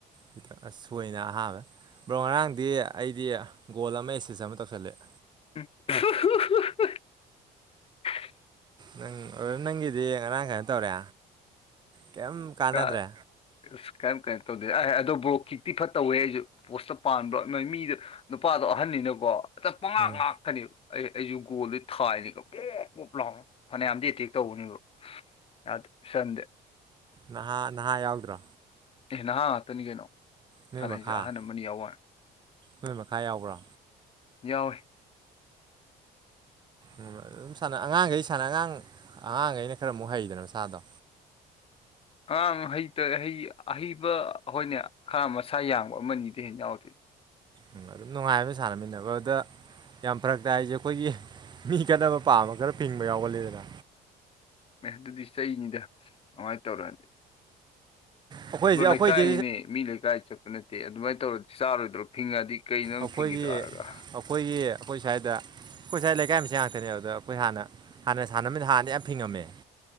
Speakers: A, on the right; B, on the left.
A: ꯈꯤꯇ ꯑ ꯁꯣꯏꯅ ꯑꯍꯥꯃꯦ ꯕ꯭ꯔꯣ ꯉꯔꯥꯡꯗꯤ ꯑꯩꯗꯤ ꯒꯣꯜ ꯑꯃ ꯑꯦꯛꯁꯦꯁ ꯑꯃ ꯇꯧꯁꯜꯂꯑꯦ
B: <unintelligible>
A: ꯅꯪ ꯅꯪꯒꯤꯗꯤ ꯉꯔꯥꯡ ꯀꯩꯅꯣ ꯇꯧꯔꯦ ꯀꯩꯝ ꯀꯥꯟꯅꯗ꯭ꯔꯦ
B: <unintelligible> ꯑꯁ ꯀꯔꯤꯝ ꯀꯩꯅꯣ ꯇꯧꯗꯦ ꯑ ꯑꯗꯨ ꯕꯨ꯭ꯔꯣ ꯈꯤꯛꯇꯤ ꯐꯠꯇ ꯇꯧꯋꯦ ꯑꯩꯁꯨ ꯄꯣꯁꯇ ꯄꯥꯟꯕ꯭ꯔꯣ ꯅꯣꯏ ꯃꯤꯗꯨ ꯅꯨꯄꯥꯗꯣ ꯑꯍꯟꯅꯤꯅꯀꯣ ꯑꯇ ꯄꯉꯥꯛ
A: ꯎꯝ
B: ꯉꯥꯛꯀꯅꯤ ꯑꯩ ꯑꯩꯁꯨ ꯒꯣꯜꯗ ꯊꯥꯏꯅꯤ ꯄꯣꯞ ꯄꯣꯞ ꯂꯥꯎꯅ ꯐꯅꯌꯥꯝꯗꯤ ꯑꯦꯇꯦꯛ ꯇꯧꯕꯅꯦꯕ ꯌꯥꯗꯦ ꯆꯟꯗꯦ
A: ꯅꯍꯥ ꯅꯍꯥ ꯌꯥꯎꯗ꯭ꯔꯣ
B: ꯑꯦ ꯅꯍꯥ ꯉꯥꯛꯇꯅꯤ ꯀꯩꯅꯣ
A: ꯅꯣꯏ
B: ꯁꯥꯟꯅꯩꯁꯦ
A: ꯃꯈꯥ
B: ꯑꯍꯟ ꯑꯃꯅꯤ ꯌꯥꯎꯋ
A: ꯅꯣꯏ ꯃꯈꯥ ꯌꯥꯎꯕ꯭ꯔꯣ
B: ꯌꯥꯎꯋꯦ
A: ꯎ ꯑꯗꯨꯝ ꯁꯥꯟꯅ ꯑꯉꯥꯡꯈꯩ ꯁꯥꯟꯅ ꯑꯉꯥꯡ ꯑꯉꯥꯡꯈꯩꯅ ꯈꯔ ꯑꯃꯨꯛ ꯍꯩꯗꯅ ꯃ ꯁꯥꯥꯗꯣ
B: <inaudible> ꯑꯉꯥꯡ ꯍꯩꯇꯩ ꯑꯍꯩꯕ ꯑꯩꯈꯣꯏꯅꯦ ꯈꯔ ꯃꯁꯥ ꯌꯥꯡꯕ ꯑꯃꯅꯤꯗꯤ ꯍꯦꯟꯅ ꯌꯥꯎꯗꯦ
A: ꯎꯝ ꯑꯗꯨꯝ ꯅꯨꯡꯉꯥꯏ ꯁꯥꯟꯅꯃꯤꯟꯅꯕ ꯑꯗ ꯌꯥꯝ ꯐꯔꯛꯇ ꯍꯥꯏꯁꯦ ꯑꯩꯈꯣꯏꯒꯤ ꯃꯤ ꯈꯠꯅꯕ ꯄꯥꯝꯕ ꯈꯔ ꯐꯤꯡꯕ ꯌꯥꯎꯒꯜꯂꯤꯗꯅ
B: ꯑꯦ ꯑꯗꯨꯗꯤ ꯆꯩꯅꯤꯗ ꯑꯃꯥꯏ ꯇꯧꯔꯛꯑꯗꯤ
A: ꯑꯩꯈꯣꯏꯁꯦ ꯑꯩꯈꯣꯏꯗꯤ
B: ꯂꯩꯀꯥꯏꯅꯤꯅꯦ ꯃꯤ ꯂꯩꯀꯥꯏ ꯆꯠꯄ ꯅꯠꯇꯦ ꯑꯗꯨꯃꯥꯏꯅ ꯇꯧꯔꯗꯤ ꯆꯥꯔꯣꯏꯗ꯭ꯔꯣ ꯐꯤꯡꯉꯗꯤ ꯀꯩꯅꯣ ꯅꯪ
A: ꯑꯩꯈꯣꯏꯒꯤ
B: ꯐꯤꯡꯉꯤꯗꯣ ꯍꯥꯏꯔꯒ
A: ꯑꯩꯈꯣꯏꯒꯤ ꯑꯩꯈꯣꯏ ꯁ꯭ꯋꯥꯏꯗ ꯑꯩꯈꯣꯏ ꯉꯁꯥꯏ ꯂꯩꯀꯥꯏ ꯑꯃꯁꯦꯟ ꯉꯥꯛꯇꯅꯦ ꯑꯗꯨꯗ ꯑꯩꯈꯣꯏ ꯍꯥꯟꯅ ꯍꯥꯟꯅ ꯁꯥꯟꯅꯕꯗꯅ ꯍꯥꯟꯅ ꯌꯥꯝ ꯐꯤꯡꯉꯝꯃꯦ